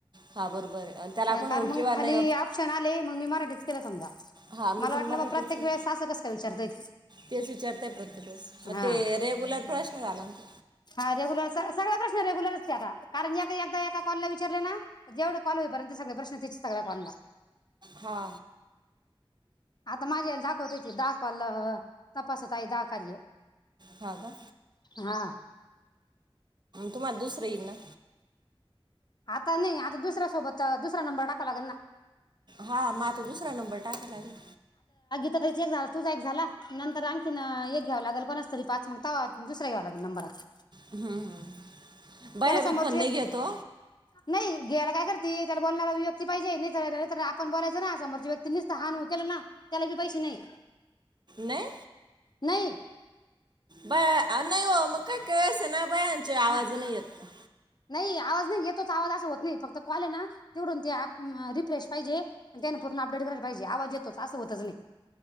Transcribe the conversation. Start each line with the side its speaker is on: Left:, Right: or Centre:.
Right: हा बरोबर आहे आणि त्याला आपण
Left: कारण
Right: हो
Left: मग
Right: किंवा नाही
Left: खाली ऑप्शन आले मग मी मराठीच केलं समजा.
Right: हा मी
Left: मला
Right: पण
Left: वाटलं
Right: मराठीच
Left: बा प्रत्येक
Right: आहे.
Left: वेळेस आस कस का विचारता येई.
Right: तेच विचारतय प्रत्येकच मग
Left: हा
Right: ते, रेगुलर प्रश्न झालांत
Left: हा रेग्युलर सगळा प्रश्न रेग्युलरच कारण एकदा एका कॉलला विचारले ना जेवढं कॉल होईपर्यंत सगळे प्रश्नच सगळ्या कॉलला,
Right: हा,
Left: आता माझ्या याला दाखवते ते दहा कॉल तपासत आहे, दहा कार्य
Right: हा का
Left: हा
Right: तुम्हाला दुसरे येईल ना.
Left: आता नाही आता दुसऱ्यासोबत दुसरा नंबर टाकाव लागेल ना.
Right: हा म तो दुसरा नंबर टाकाय लागेल.
Left: त्या एक झाला तुझा एक झाला नंतर आणखीन एक घ्याववा लागेल कोणा तरी पाच मग तावा दुसरा्या घ्यावा लागल नंबरचा.
Right: हम्म हम्म भैय्या
Left: त्याला
Right: भी
Left: समोरची
Right: फोन
Left: व्यक्ती
Right: नाही घेतो.
Left: नाही घ्यायला काय करते त्याला बोलणारी व्यक्ती पाहिजे नाही नाही तर आपण बोलायचं ना समोरच्या व्यक्ती निसत हा न हू केला ना त्याला बी पैसे नाही.
Right: नाही.
Left: नाही.
Right: ब आ नाही मग काय कस ना. पयाचे आवाज
Left: हा
Right: नाही येत.
Left: नाही आवाज नाही येतोच आवाज असा होत नाही फक्त कॉल आहे ना तेवडून ते रिफ्रेश पाहिजे त्याने पूर्ण अपडेट करायला पाहिजे आवाज येतोच असं होतच नाही.